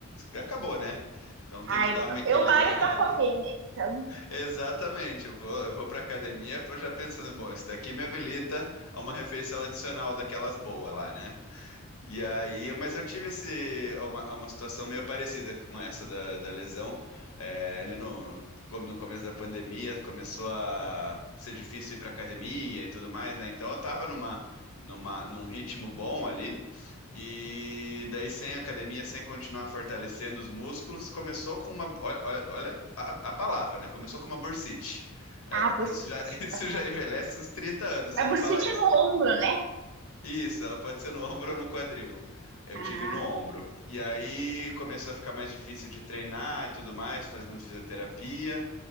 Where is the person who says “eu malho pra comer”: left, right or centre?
Right